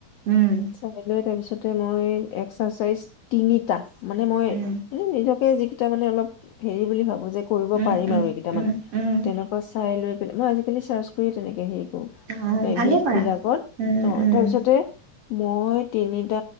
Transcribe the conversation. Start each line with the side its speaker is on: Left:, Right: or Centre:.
Right: উম, উম,
Left: চাই লৈ তাৰ পিছত তাতে মই এক্সাৰচাইজ তিনিটা মানে মই
Right: উম,
Left: মানে নিজকে যিকেইটা মানে অলপ হেৰি বুলি ভাবো যে কৰিব
Right: উম,
Left: পাৰিম
Right: উম,
Left: আৰু এইকেইটা
Right: উম,
Left: মানে
Right: উম,
Left: তেনেকুৱা চাই লৈ পেলাই মই আজিকালি চাৰ্চ কৰিয় তেনেকে হেৰি কৰো
Right: অ',
Left: এ
Right: ভালেই
Left: বিষ
Right: কৰা।
Left: বিলাকত
Right: উম,
Left: অ
Right: উম,
Left: তাৰপিছতে মই তিনিটা